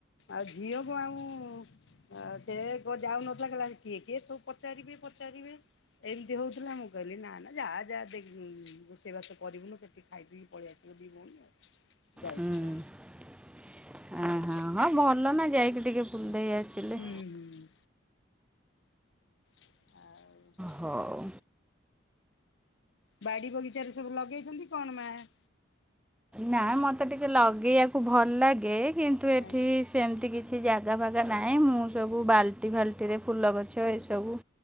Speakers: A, on the left (about 60°); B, in the centre.
A: ଆଉ ଝିଅକୁ ଆଉ ଆଉ ସେ କଅ ଯାଉନଥିଲା। କହିଲା କିଏ କିଏ ସବୁ ପଚାରିବେ ପଚାରିବେ। ଏମତି ହଉଥିଲା। ମୁଁ କହିଲି ନା ନା ଯାଆ ଯାଆ। ଦେକ ରୋଷେଇ ବାସ କରିବୁନୁ ସେଠି। ଖାଇ ପି ପଳେଇ ଆସିବୁ ଦିଇ ଭଉଣୀ ଆଉ। ଯାଇଥିଲେ
B: ହୁଁ ହୁଁ ଆ
A: ଆଜ୍ଞା
B: ହା ହଁ ଭଲ ନା? ଯାଇକି ଟିକେ ବୁଲିଦେଇ ଆସିଲେ।
A: ହୁଁ ହୁଁ। ଆଉ
B: ହଉ
A: ବାଡ଼ି ବଗିଚାରେ ସବୁ ଲଗେଇଛନ୍ତି କଣ ମାଆ?
B: ନା ମତେ ଟିକେ ଲଗେଇବାକୁ ଭଲ ଲାଗେ। କିନ୍ତୁ ଏଠି
A: ଆଜ୍ଞା
B: ସେମତି କିଛି ଜାଗା ଫାଗା ନାହିଁ। ନାଇଁ ମୁଁ ସବୁ ବାଲ୍ଟି, ଫାଲ୍ଟିରେ ଫୁଲ ଗଛ ଏସବୁ।